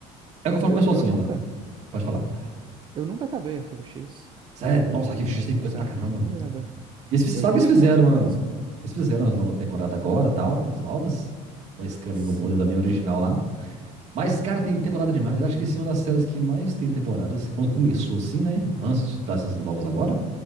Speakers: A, on the right (about 50°); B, on the right (about 35°).
A: É o que eu falo
B: Eu,
A: pro pessoal
B: eu
A: assim,
B: nunca
A: ó. Pode falar.
B: Eu nunca acabei Arquivo X,
A: Sério, nossa, Arquivo X tem coisa
B: sério.
A: pra caramba.
B: Nunca acabei.
A: E Eles, sabe
B: Eu vi
A: que eles fizeram
B: alguns episódios
A: uma.
B: só.
A: Eles fizeram as novas temporadas agora, tal, mais novas. Com a Scully
B: Sim.
A: e com o molho também original lá. Mas, cara, tem temporada demais. Acho que esse é uma das séries que mais tem temporadas. Quando começou assim, né? Antes dessas novas agora,